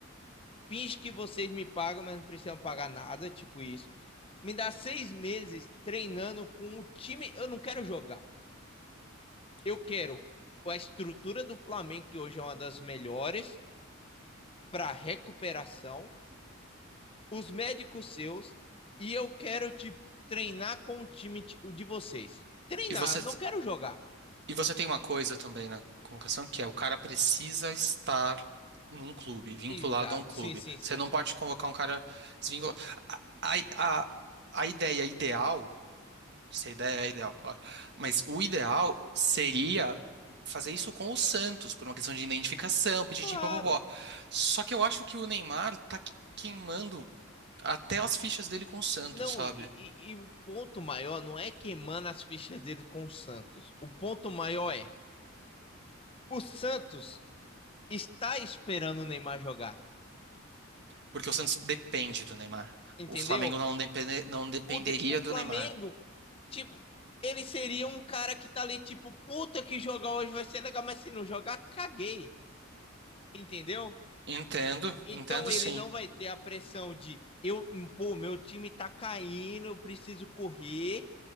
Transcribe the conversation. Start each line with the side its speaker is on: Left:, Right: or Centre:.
Left: finge que vocês me pagam, mas não precisam pagar nada, tipo isso. Me dá seis meses treinando com o time, eu não quero jogar. Eu quero a estrutura do Flamengo, que hoje é uma das melhores, para recuperação, os médicos seus, e eu quero, tipo, treinar com o time de vocês. Treinar,
Right: E você.
Left: não quero jogar.
Right: E você tem uma coisa também na convocação, que é o cara precisa estar num clube, vinculado
Left: Exa
Right: a um clube.
Left: sim, sim, sim,
Right: Você não
Left: sim.
Right: pode convocar um cara desvinculado. A, a, a ideia ideal, se a ideia é ideal, claro, mas o ideal seria fazer isso com o Santos, por uma questão de identificação, pedir
Left: Claro.
Right: papapó. Só que eu acho que o Neymar tá queimando até as fichas dele com o Santos,
Left: Não,
Right: sabe?
Left: e, e- e o ponto maior não é queimando as fichas dele com o Santos. O ponto maior é: o Santos está esperando o Neymar jogar,
Right: Porque o Santos depende do Neymar.
Left: entendeu?
Right: O Flamengo não depende- não dependeria
Left: O, de- o Flamengo,
Right: do Neymar.
Left: tipo, ele seria um cara que tá ali, tipo, puta que jogar hoje vai ser legal, mas se não jogar, caguei. Entendeu?
Right: Entendo,
Left: Então
Right: entendo
Left: ele
Right: sim.
Left: não vai ter a pressão de eu, pô, meu time tá caindo, eu preciso correr,